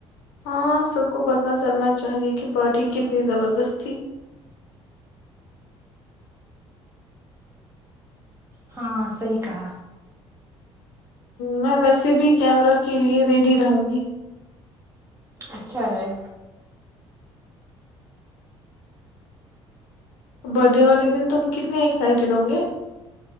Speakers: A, on the left (about 65°); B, on the right (about 20°).
A: ہاں سب کو پتہ چلنا چاہیے کہ پارٹی کتنی زبردست تھی
B: ہاں صحیح کہا
A: میں ویسے بھی کیمرہ کی لیے ریڈی رہوں گی
B: اچھا ہے <unintelligible>
A: برتھ ڈے والے دن تم کتنے ایکسائٹیڈ ہوں گے